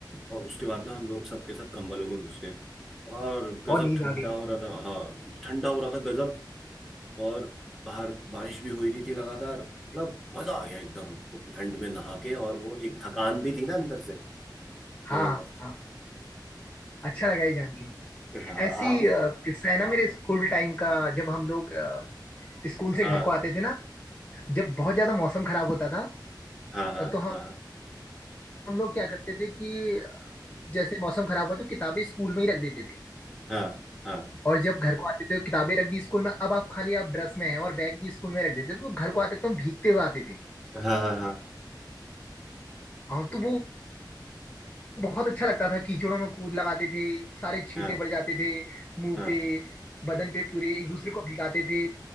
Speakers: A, in the centre; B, on the left.
A: और उसके बाद ना हम लोग सबके सब कंबलों में घुस गए और गजब
B: और नींद
A: ठंडा
B: आ गई
A: हो रहा था हाँ ठंडा हो रहा था गजब और बाहर बारिश भी हो रही थी लगातार मतलब मजा आ गया एकदम ठंड में नहा के और वो एक थकान भी थी ना अंदर से
B: हाँ
A: जबरदस्त
B: हाँ हाँ, अच्छा लगा ये जान के
A: हाँ
B: ऐसी
A: आप
B: अ, किस्सा है ना मेरे स्कूल टाइम का जब हम लोग अ, स्कूल से
A: हाँ
B: घर को आते थे ना जब बहुत ज्यादा मौसम खराब होता था
A: हाँ हाँ
B: तो
A: हाँ
B: हम लोग क्या करते थे कि जैसे मौसम खराब हुआ तो किताबें स्कूल में ही रख देते थे
A: हाँ हाँ
B: और जब घर को आते थे तो किताबें रख दी स्कूल में अब आप खाली आप ड्रेस में हैं और बैग भी स्कूल में रख देते थे तो घर को आते तो हम भीगते हुए आते थे
A: हाँ हाँ हाँ हाँ
B: हाँ तो वो बहुत अच्छा लगता था कीचड़ों में कूद लगाते थे सारे छींटे
A: हाँ
B: पड़ जाते थे मुंह
A: हाँ
B: पे बदन पे पूरे एक दूसरे को भिगाते थे